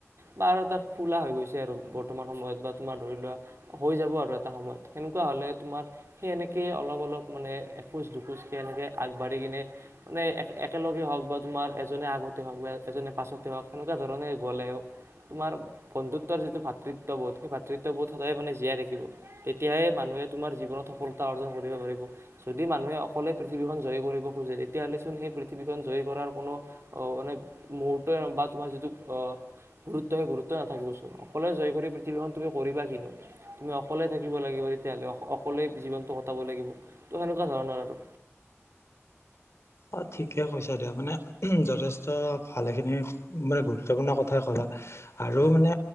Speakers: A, on the right; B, on the left.
A: বা আৰু এটা খোলা হৈ গৈছে আৰু বৰ্তমান সময়ত বা তোমাৰ ধৰি লোৱা হৈ যাব আৰু। এটা সময়ত সেকুৱা হলে তোমাৰ সেই এনেকে অলপ অলপ মানে এখোজ দুখোজ সে এনেকে আগবাঢ়ি। কিনে মানে এক একেলগে হওক বা তোমাৰ এজনে আগতে হওক বা এজনে পাছতে হওক সেনেকুৱা ধৰণে। গ'লেও তোমাৰ বন্ধুত্বৰ যিটো ভাতৃত্ববোধ সেই ভাতৃত্ববোধ সদায় মানে জীয়াই থাকিব। তেতিয়াহে মানুহে তোমাৰ জীৱনত সফলতা অৰ্জন কৰিব পাৰিব যদি মানুহে অকলে পৃথিৱীখন জয়ী কৰিব তেতিয়াহ'লে চোন সেই পৃথিৱীখন জয়ী কৰাৰ কোনো মানে মুহূৰ্তই বা তোমাৰ যিটো গুৰুত্ব সেই গুৰুত্ব নাথাকিবচোন অকলে জয় কৰি পৃথিৱীখন তুমি কৰিবা কিনো তুমি অকলে থাকিব লাগিব তেতিয়াহ'লে অকলে জীৱনটো কটাব লাগিব ত' সেনেকুৱা ধৰণৰ আৰু।
B: অ' ঠিকে কৈছা দিয়া মানে যথেষ্ট ভালেখিনি মানে গুৰুত্বপূৰ্ণ কথাই ক'লা। আৰু মানে